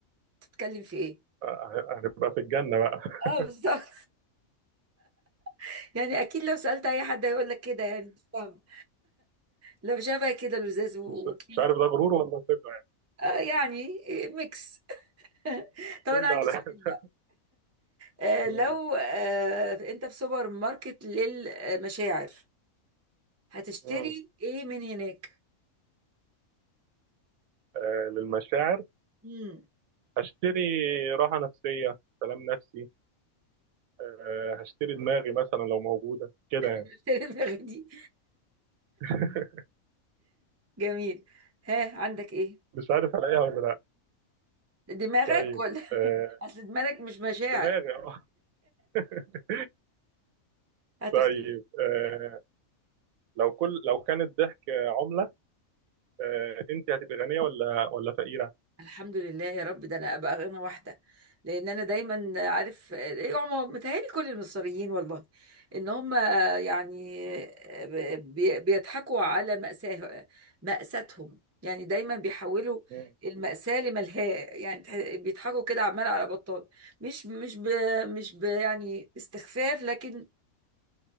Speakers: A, on the right; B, on the right.
A: تتكلم في ايه
B: آه، هنبقى في الجنه بقى <laughs>
A: اه بالظبط <laughs> يعني اكيد لو سألت اي حد هيقول لك كده يعني مش فاهم لو شبه كده لزاز و-
B: مش
A: وكيوت
B: مش عارف ده غرور ولا ثقه يعني
A: آه يعني إيه، ميكس <laughs> طب
B: من
A: انا
B: ده
A: عندي
B: على
A: سؤال بقى
B: ده.
A: آه
B: <laughs>
A: لو
B: مم.
A: آه انت في سوبر ماركت للمشاعر هتشتري
B: مم.
A: ايه من هناك
B: آه للمشاعر
A: امم
B: هشتري راحة نفسية سلام نفسي آه، هشتري دماغي مثلا لو موجودة كده
A: <laughs>
B: يعني
A: المشاعر دي
B: <laughs>
A: جميل ها عندك ايه
B: مش عارف ألاقيها ولا لأ
A: دماغك
B: طيب
A: ولا <laughs>
B: آه،
A: اصل دماغك مش مشاعر
B: دماغي اه <laughs>
A: هتخت...
B: طيب آه، لو كل لو كان الضحك عملة آه، أنت هتبقي غنية ولا ولا فقيرة؟
A: الحمد لله يا رب ده انا ابقى غنى واحده لان انا دايما عارف إيه هم متهيألي كل المصريين والله ان هم يعني آه، بي- بيضحكوا على مأساه مأساتهم يعني دايما بيحولوا
B: مم.
A: المأساة لملهاة يعني تح- بيضحكوا كده عمال على بطال مش مش ب مش ب يعني استخفاف لكن